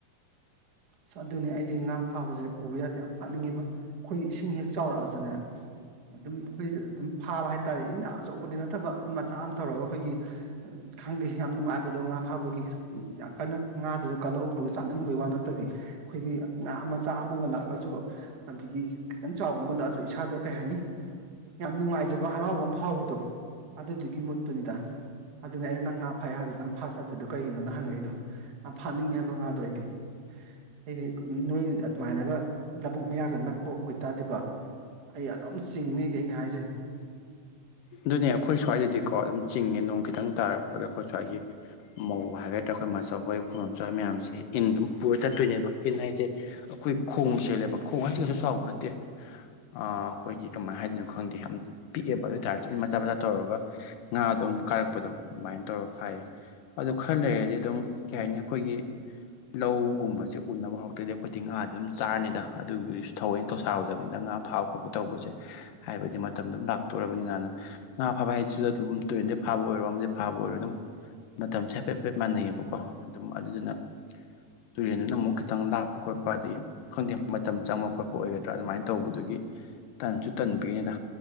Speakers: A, on the right; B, on the left.
A: ꯑꯁ ꯑꯗꯨꯅꯦ ꯑꯩꯗꯤ ꯉꯥ ꯐꯥꯕꯁꯦ ꯎꯕ ꯌꯥꯗꯦ ꯌꯥꯝ ꯐꯅꯤꯡꯉꯦꯕ ꯑꯩꯈꯣꯏ ꯏꯁꯤꯡ ꯍꯦꯛ ꯆꯥꯎꯔꯛꯑꯁꯨꯅꯦ ꯑꯗꯨꯝ ꯑꯩꯈꯣꯏ ꯑꯗꯨꯝ ꯐꯥꯕ ꯍꯥꯏꯇꯥꯥꯔꯦ ꯏꯟꯅ ꯑꯆꯧꯕꯗꯤ ꯅꯠꯇꯕ ꯃꯆꯥ ꯑꯃ ꯇꯧꯔꯒ ꯑꯩꯈꯣꯏꯒꯤ ꯈꯪꯗꯦ ꯌꯥꯝ ꯅꯨꯡꯉꯥꯏꯕꯗꯣ ꯉꯥ ꯐꯥꯕꯒꯤ ꯌꯥꯝ ꯀꯟꯅ ꯉꯥꯗꯨꯗ ꯀꯜꯂꯛꯎꯕ ꯆꯥꯅꯤꯡꯕꯒꯤ ꯋꯥꯅ ꯐꯠꯇꯕꯤ ꯑꯩꯈꯣꯏꯒꯤ ꯉꯥ ꯃꯆꯥ ꯑꯃꯒ ꯂꯥꯛꯑꯁꯨ ꯑꯗꯒꯤ ꯈꯤꯇꯪ ꯆꯥꯎꯕ ꯑꯃꯒ ꯂꯥꯛꯑꯁꯨ ꯏꯁꯥꯗ ꯀꯩ ꯍꯥꯏꯅꯤ ꯌꯥꯝ ꯅꯨꯡꯉꯥꯏꯖꯕ ꯍꯔꯥꯎꯕ ꯑꯃ ꯐꯥꯎꯕꯗꯣ ꯑꯗꯨꯗꯨꯒꯤ ꯃꯨꯠꯇꯨꯅꯤꯗ ꯑꯗꯨꯅꯦ ꯑꯩꯅ ꯅꯪ ꯉꯥ ꯐꯥꯏ ꯍꯥꯏꯕꯗꯨꯣ ꯅꯪ ꯐꯥ ꯆꯠꯇꯦꯗꯣ ꯀꯩꯒꯤꯅꯣꯅ ꯍꯪꯉꯛꯏꯗꯣ ꯐꯥꯠꯅꯤꯡꯉꯦ ꯍꯥꯏꯕ ꯉꯥꯗꯣ ꯑꯩꯗꯤ ꯑꯩꯗꯤ ꯅꯣꯏ ꯑꯗꯨꯃꯥꯏꯅꯒ ꯂꯧꯕꯨꯛ ꯃꯌꯥꯒ ꯅꯛꯄ ꯑꯣꯏꯇꯥꯗ꯭ꯔꯤꯕ ꯑꯩ ꯑꯗꯨꯝ ꯆꯤꯡꯅꯤꯩꯗꯤ ꯑꯩꯅ ꯍꯥꯏꯖꯅꯤ
B: ꯑꯗꯨꯅꯦ ꯑꯩꯈꯣꯏ ꯁ꯭ꯋꯥꯏꯗꯗꯤꯀꯣ ꯑꯗꯨꯝ ꯆꯤꯡꯉꯦ ꯅꯣꯡ ꯈꯤꯇꯪ ꯇꯥꯔꯛꯄꯗ ꯑꯩꯈꯣꯏ ꯁ꯭ꯋꯥꯏꯒꯤ ꯃꯧ ꯍꯥꯏꯒꯗ꯭ꯔꯥ ꯑꯩꯈꯣꯏ ꯃꯆꯥ ꯑꯩꯣꯏ ꯈꯨꯅꯣꯝꯆꯥꯣꯏ ꯃꯌꯥꯝꯁꯦ ꯏꯟ ꯑꯗꯨꯝ ꯄꯨꯔ ꯆꯠꯇꯣꯏꯅꯦꯕ ꯏꯟ ꯍꯥꯏꯁꯦ ꯑꯩꯈꯣꯏ ꯈꯣꯡ ꯆꯦꯜꯂꯦꯕ ꯈꯣꯡ ꯍꯥꯏꯁꯤ ꯀꯩꯁꯨ ꯁꯥꯎꯕ ꯅꯠꯇꯦ ꯑꯩꯈꯣꯏꯒꯤ ꯀꯃꯥꯏꯅ ꯍꯥꯏꯗꯣꯏꯅꯣ ꯈꯪꯗꯦ ꯌꯥꯝ ꯄꯤꯛꯑꯦꯕ ꯑꯗꯨ ꯑꯣꯏꯇꯥꯔꯗꯤ ꯃꯆꯥ ꯃꯆꯥ ꯇꯧꯔꯒ ꯉꯥꯗꯣ ꯑꯗꯨꯝ ꯀꯥꯔꯛꯄꯗꯣ ꯑꯗꯨꯃꯥꯏꯅ ꯇꯧꯔ ꯐꯌꯦ ꯑꯗꯨ ꯈꯔ ꯂꯩꯔꯗꯤ ꯑꯗꯨꯝ ꯀꯩ ꯍꯥꯏꯅꯤ ꯑꯩꯈꯣꯏꯒꯤ ꯂꯧꯒꯨꯝꯕꯁꯦ ꯎꯅꯕ ꯍꯧꯔꯛꯇ꯭ꯔꯗꯤ ꯑꯩꯈꯣꯏꯗꯤ ꯉꯥꯗꯤ ꯑꯗꯨꯝ ꯆꯥꯔꯅꯤꯗ ꯑꯗꯨꯗꯨꯁꯨ ꯊꯧꯑꯣꯏꯅ ꯊꯧꯁꯥꯔꯨꯗꯕꯅꯤ ꯅꯪ ꯉꯥ ꯐꯥꯕ ꯈꯣꯠꯄ ꯇꯧꯕꯁꯦ ꯍꯥꯏꯕꯗꯤ ꯃꯇꯝꯗꯨꯝ ꯂꯥꯛꯇꯣꯔꯔꯕꯅꯤꯅꯅ ꯉꯥ ꯐꯥꯕ ꯍꯥꯏꯁꯤꯗ ꯑꯗꯨꯝ ꯇꯨꯔꯦꯟꯗ ꯐꯥꯕ ꯑꯣꯏꯔꯣ ꯑꯃꯗꯤ ꯐꯥꯕ ꯑꯣꯏꯔꯣ ꯑꯗꯨꯝ ꯃꯇꯝꯁꯦ ꯐꯦ ꯐꯦꯞ ꯃꯥꯟꯅꯩꯑꯕꯀꯣ ꯑꯗꯨꯝ ꯑꯗꯨꯗꯨꯅ ꯇꯨꯔꯦꯟꯗꯨꯅ ꯑꯃꯨꯛ ꯈꯤꯇꯪ ꯂꯥꯞꯄ ꯈꯣꯠꯄ ꯑꯗꯒꯤ ꯈꯪꯗꯦ ꯃꯇꯝ ꯆꯪꯕ ꯈꯣꯠꯄ ꯑꯣꯏꯒꯗ꯭ꯔꯥ ꯑꯗꯨꯃꯥꯏꯅ ꯇꯧꯕꯗꯨꯒꯤ ꯇꯟꯁꯨ ꯇꯟꯕꯒꯤꯅꯤꯗ